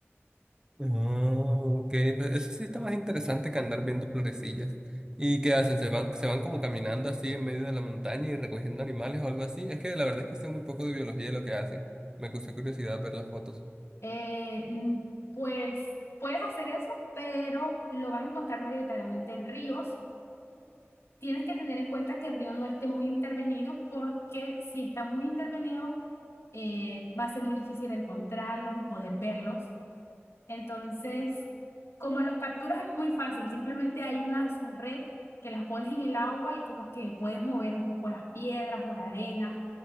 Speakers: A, on the right; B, on the left.
A: Oh, ok, pues eso sí está más interesante que andar viendo florecillas. ¿Y qué hacen? ¿Se van, se van como caminando así en medio de la montaña y recogiendo animales o algo así? Es que la verdad es que sé muy poco de biología de lo que hacen. Me causó curiosidad ver las fotos.
B: Eh, mm, pues puedes hacer eso, pero lo vas a encontrar mayoritariamente en ríos Tienes que tener en cuenta que el río no esté muy intervenido porque si está muy intervenido eh, va a ser muy difícil encontrarlos y poder verlos. Entonces, como los capturas es muy fácil, simplemente hay una red que las pones en el agua y como que puedes mover un poco las piedras o la arena